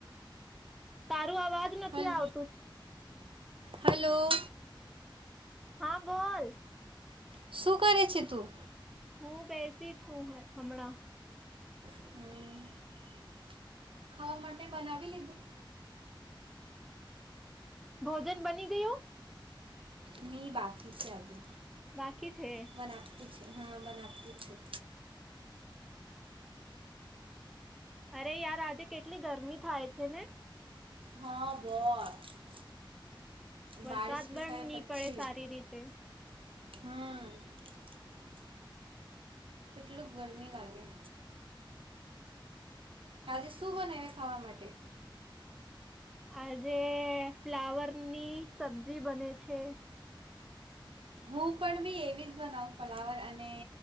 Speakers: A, in the centre; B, on the right.
A: તા. <inaudible> અવાજ નથી
B: હલ
A: આવતું જ
B: હલો,
A: હા બોલ.?
B: શું કરે છે તું.?
A: હું બેસી છું હમણાં
B: હમ <unintelligible> ખાવા માટે બનાવી લીધું.
A: ભોજન બની ગયું.
B: નહી બાકી છે આજે
A: બાકી છે.
B: બનાવતી છે હા બના આપલી છું.
A: અરે યાર આજે કેટલી ગરમી થાય છે ને.
B: હા બસ <unintelligible>
A: વરસાદ
B: બારિશ બી
A: પણ
B: થાય
A: નહી
B: પછી
A: પડે સારી રીતે
B: હમ કેટલું ગરમી લાગે. આજે શું બનાવે ખાવા માટે?
A: આજે ફ્લાવર ની સબ્જી બને છે.
B: હું પણ બી એવી જ બનાવ ફ્લાવર અને